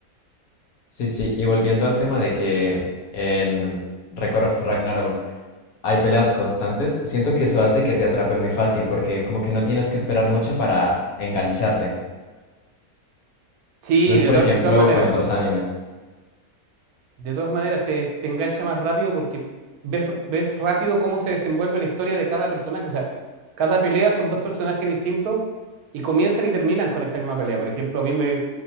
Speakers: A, on the left; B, on the right.
A: Sí, sí, y volviendo al tema de que en Record of Ragnarok hay peleas constantes, siento que eso hace que te atrape muy fácil porque como que no tienes que esperar mucho para engancharte.
B: Sí,
A: No es,
B: de,
A: por
B: to-
A: ejemplo,
B: de todas maneras.
A: con otros animes.
B: De todas maneras, te, te engancha más rápido porque ves, ves rápido cómo se desenvuelve la historia de cada personaje. O sea, cada pelea son dos personajes distintos y comienzan y terminan con esa misma pelea. Por ejemplo, a mí me,